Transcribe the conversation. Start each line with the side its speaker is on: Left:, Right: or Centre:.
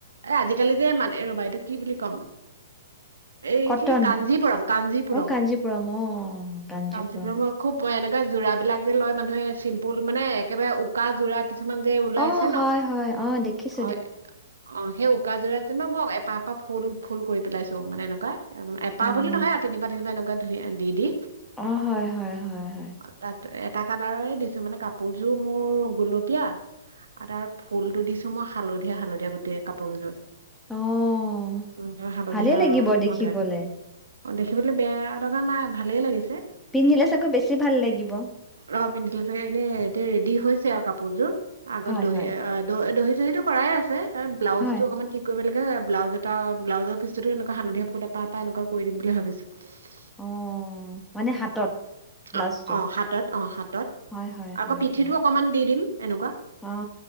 Right: আজিকালি যে মানে ৰবা এইটো কি বুলি ক'ম এই
Centre: কটন?
Right: কি কাঞ্জিপুৰম, কাঞ্জিপুৰম,
Centre: অ', কাঞ্জিপুৰম অ', কাঞ্জিপুৰম।
Right: কাঞ্জিপুৰমৰ খুব অ' এনেকা যোৰাবলাক যে লয় মানুহে চিম্পুল মানে একেবাৰে উকা যোৰা কিছুমান যে ওলাইছে
Centre: অ'
Right: ন
Centre: হয় হয় অ' দেখিছ
Right: অ' অ' সেই উকা যোৰাতে মোক এপাত ফুল, ফুল কৰি পেলাইছোঁ মানে এনেকুৱাই উ এপাহ
Centre: অ',
Right: বুলি নহয় আৰু তিনিপাহ তিনিপাহ এনে <unintelligible> <unintelligible> দি দি
Centre: অ' হয় হয় হয় হয়।
Right: তাত এটা কালাৰৰে দিছোঁ মানে, কাপোৰযোৰ মোৰ গুলপীয়া আৰু তাৰ ফুলটো দিছো মই হালধীয়া হালধীয়া গোটেই কাপোৰ কিযোৰত
Centre: অ',
Right: <unintelligible> হালধীয়া
Centre: ভালেই লাগিব দেখিবলে।
Right: হতে অ' দেখিবলৈ বেয়া লগা নাই ভালেই লাগিছে।
Centre: পিন্ধিলে চাগৈ বেছি ভাল লাগিব।
Right: অ' পিন্ধিলে চাগে এনে এতিয়া ৰেডি হৈছে <unintelligible> কাপোৰযোৰ আগত
Centre: হয়,
Right: দহি
Centre: হয়,
Right: আহ দ-দহি <unintelligible> পৰাই আছে <unintelligible> ব্লাউজটো
Centre: হয়।
Right: অকমান ঠিক কৰিব লাগে ব্লাউজ এটা, ব্লাউজৰ পিচটোতো এনেকুৱা হালধীয়া ফুল এপাহ এপাহ এনেকুৱা কৰি দিম বুলি ভাবিছোঁ।
Centre: অ', মানে হাতত? ব্লাউজটোত
Right: অ', অ', হাতত অ', হাতত
Centre: হয় হয়
Right: আকৌ
Centre: হয়
Right: পিঠিটো
Centre: হয়
Right: অকণমান দি দিম। এনেকুৱা,
Centre: অ